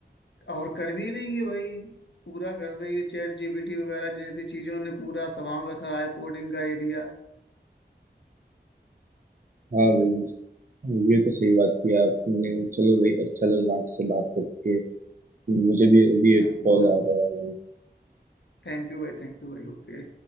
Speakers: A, on the left; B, on the right.
A: और कर भी रही है भाई पूरा कर रही है चैट जीपीटी वगैरह जैसी चीजों ने पूरा संभाल रखा है कोडिंग का एरिया
B: भाई हाँ भाई ये तो सही बात किया आपने चलो भाई अच्छा लगा आपसे बात करके मुझे भी अभी एक
A: थैंक यू
B: कॉल
A: भाई
B: आ रहा है हाँ।
A: थैंक यू भाई थैंक यू भाई ओके